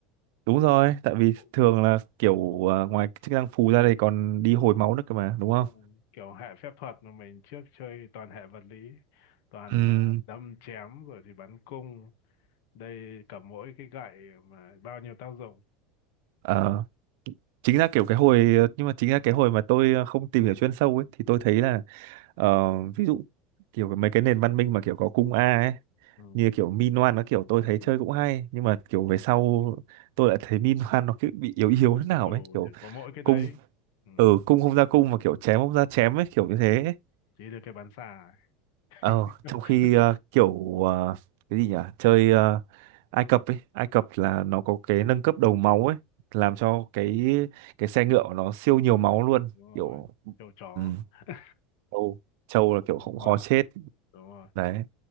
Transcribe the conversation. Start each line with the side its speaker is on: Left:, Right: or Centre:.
Right: đúng rồi tại vì
Left: Ồ.
Right: thường là kiểu à, ngoài chức năng phù
Left: Ừ.
Right: ra đây còn đi hồi máu nữa cơ mà đúng
Left: đúng
Right: không
Left: không? kiểu hệ phép thuật mà mình trước chơi toàn hệ vật lý toàn
Right: Ừm,
Left: ờ, đâm chém rồi thì bắn cung đây cầm mỗi cái gậy mà bao nhiêu tác dụng
Right: Ờ, chính ra kiểu cái hồi ờ, nhưng mà chính ra cái hồi mà tôi ờ, không tìm hiểu chuyên sâu ấy thì tôi thấy là ờ, ví dụ kiểu mấy cái nền văn minh mà kiểu có cung A ấy
Left: ừ.
Right: như kiểu Minoan nó kiểu
Left: ừ
Right: tôi thấy chơi cũng hay nhưng mà kiểu về sau tôi lại thấy Minoan nó cứ bị yếu yếu thế
Left: ô
Right: nào
Left: tô
Right: ấy kiểu
Left: nhỉ có mỗi cái đấy
Right: cung
Left: ừ
Right: ừ cung không ra cung mà kiểu chém không ra chém ấy kiểu như thế
Left: chỉ được cái bán xà ấy.
Right: Ờ,
Left: <laughs>
Right: trong khi ờ, kiểu ờ, cái gì nhỉ chơi ờ, Ai Cập ấy Ai Cập là nó có cái
Left: Ý chí-
Right: nâng cấp đầu máu ấy làm cho cái cái xe ngựa của nó siêu nhiều máu luôn
Left: đúng
Right: kiểu
Left: rồi châu chó
Right: ừ,
Left: <laughs>
Right: châu châu là kiểu
Left: đúng
Right: cũng khó
Left: rồi
Right: chết
Left: đúng rồi
Right: đấy